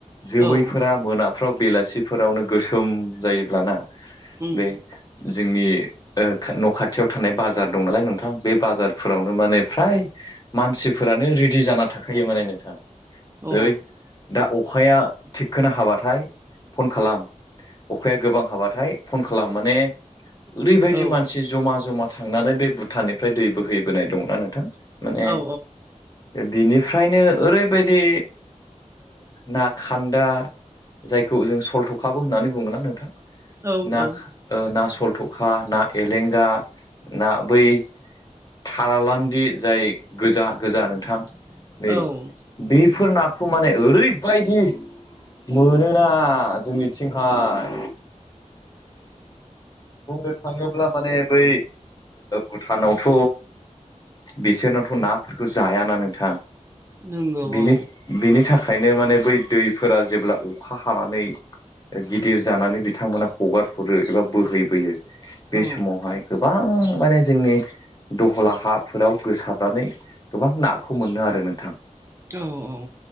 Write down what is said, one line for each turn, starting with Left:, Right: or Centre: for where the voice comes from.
Left: जोमैफोरा
Right: औ
Left: मोनाफ्राव बेलासिफोरावनो गोसोम जायोब्लाना
Right: उम
Left: बे जोंनि न' खाथियाव थानाय बाजार दं नालाय नोंथां बे बाजारफोरावनो माने फ्राय मानसिफोरानो रेडि जाना थाखायो माने नोंथां
Right: औ
Left: जै दा अखाया थिखखनो हाबाथाय फन खालाम अखाया गोबां हाबाथाय फन खालाम माने ओरै
Right: औ
Left: बिदि मानसि जमा जमा थांनानै बे भुटाननिफ्राय दै बोहैबोनाय दंङो ना नोंथां माने
Right: औ औ
Left: बिनिफ्रायनो ओरैबायदि ना खान्दा जायखौ जों सलथ'खाबो होननानै बुंङोना नोंथां
Right: औ
Left: ना
Right: औ
Left: ना सलथ'खा ना एलेंगा ना बै थालालान्दि जाय गोजा गोजा नोंथां नै
Right: औ
Left: बेफोर नाखौ माने ओरैबायदि मोनोना जोंनिथिंहाय बुंनो थांङोब्ला माने बै भुटानावथ' बिसोरनावथ' नाफोरखौ जायाना नोंथां
Right: नंगौ
Left: बिनि
Right: औ
Left: बिनि थाखायनो माने बै दैफोरा जेब्ला अखा हानानै गिदिर जानानै बिथांमोना हगार हरो एबा बोहैबोयो बे
Right: औ
Left: समावहाय गोबां माने जोंनि दहला हाफोराव गोसारनानै गोबां नाखौ मोनो आरो नोंथां
Right: औ औ